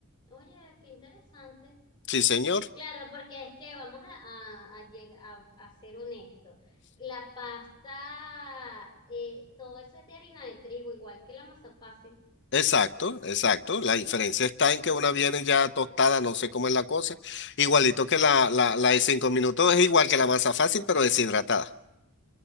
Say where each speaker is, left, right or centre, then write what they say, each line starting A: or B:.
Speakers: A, on the left (about 20°); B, on the left (about 55°).
A: oye, qué interesante.
B: Sí, señor.
A: Claro, porque es que vamos a, a, a lleg- a- a ser honestos. La pasta, eh, todo eso es de harina de trigo, igual que la masa fácil.
B: Exacto, exacto. La diferencia está en que una viene ya tostada, no sé cómo es la cosa. Igualito que la, la, la de cinco minutos, es igual que la masa fácil, pero deshidratada.